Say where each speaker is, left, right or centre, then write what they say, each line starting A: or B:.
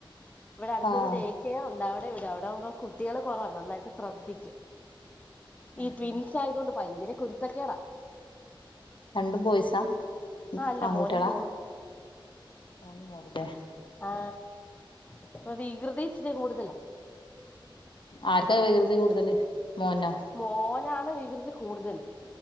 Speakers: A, on the left; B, on the left.
A: ഇവിടെ അടുത്തൊരു
B: ആഹ്
A: ഡേ കെയറുണ്ടാ അ ഇവിടെ അവിടെ ആവുമ്പോ കുട്ടികള് കുറവാ നന്നായിട്ട് ശ്രദ്ധിക്കും
B: ഉം
A: ഈ ട്വിൻസ്
B: ഉം
A: ആയതോണ്ട് ഭയങ്കര കുരുത്ത കുരുത്തക്കേട്
B: രണ്ടും ബോയ്സാ
A: അല്ല
B: ആൺകുട്ടികളാ
A: മോനും മോളും
B: മോനും മോളുംല്ലേ?
A: ആ ഇപ്പോ വികൃതി ഇച്ചിരി കൂടൂതല.
B: ആർക്കാ വികൃതി കൂടുതല് മോനോ
A: മോൻ നാണ് വികൃതി കൂടുതല്.